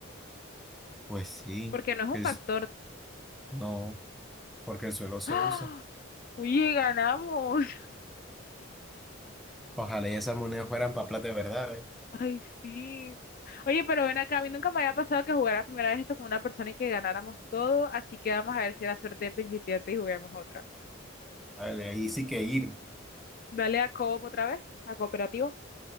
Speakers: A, in the centre; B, on the left.
A: Pues sí,
B: Porque no es un
A: es,
B: factor.
A: no, porque el suelo se
B: ¡Ah!
A: usa.
B: Oye, ganamos.
A: Ojalá y esas monedas fueran para plata de verdad, ¿eh?
B: Ay, sí. Oye, pero ven acá, a mí nunca me había pasado que jugara primera vez esto con una persona y que ganáramos todo, así que vamos a ver si era suerte de principiante y juguemos otra.
A: Vale, ahí sí que ir.
B: Dale a Coop otra vez, a cooperativo.